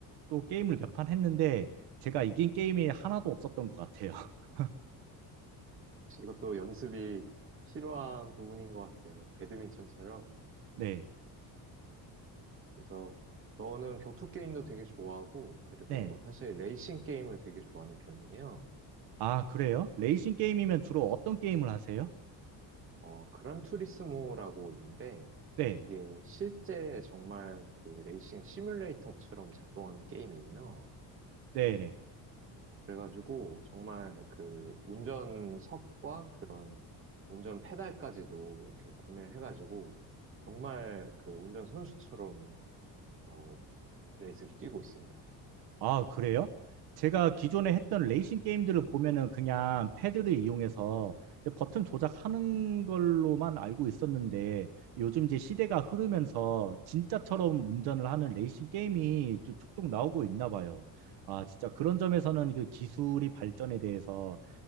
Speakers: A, on the right (about 75°); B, on the right (about 35°).
A: 또 게임을 몇 판 했는데 제가 이긴 게임이 하나도 없었던 것 같아요. <laughs>
B: 이것도 연습이 필요한 부분인 것 같아요. 배드민턴처럼.
A: 네.
B: 그래서 저는 격투 게임도 되게 좋아하고, 그리고
A: 네.
B: 사실 레이싱 게임을 되게 좋아하는 편이에요.
A: 아, 그래요? 레이싱 게임이면 주로 어떤 게임을 하세요?
B: 어, 그란 투리스모라고 있는데,
A: 네.
B: 이게 실제 정말 그 레이싱 시뮬레이터처럼 작동하는 게임이에요.
A: 네, 네.
B: 그래가지고 정말 그 운전석과 그런 운전 페달까지도 이렇게 구매를 해가지고 정말 그 운전 선수처럼 어 레이스를 뛰고 있습니다.
A: 아, 그래요? 제가 기존에 했던 레이싱 게임들을 보면은 그냥 패드를 이용해서 버튼 조작하는 걸로만 알고 있었는데 요즘 이제 시대가 흐르면서 진짜처럼 운전을 하는 레이싱 게임이 좀 촉촉 나오고 있나 봐요. 아, 진짜 그런 점에서는 그 기술이 발전에 대해서